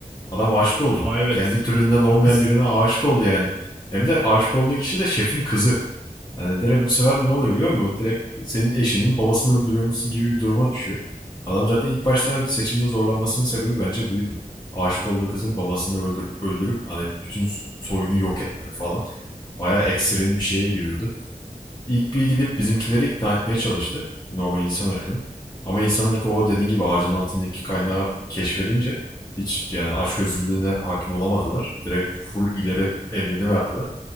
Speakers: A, on the left (about 25°); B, in the centre.
A: Adam aşık oldu.
B: Aa evet
A: Kendi türünden olmayan
B: o kız
A: birine aşık oldu yani. Hem de aşık olduğu kişi de şefin kızı. Hani direkt bu sefer ne oluyor biliyor musun? Direkt senin eşinin babasını öldürüyormuşsun gibi bir duruma düşüyor. Adam zaten ilk başta seçimde zorlanmasının sebebi bence buydu. Aşık olduğu kızın babasını öldür öldürüp hani bütün soyunu yok etmek falan. Bayağı ekstrem bir şeye giriyordu. İlk bir gidip bizimkileri ikna etmeye çalıştı. Normal insan ırkını. Ama insan ırkı o dediğin gibi ağacın altındaki kaynağı keşfedince hiç yani açgözlülüğüne hakim olamadılar. Direkt full ileri emrini verdiler.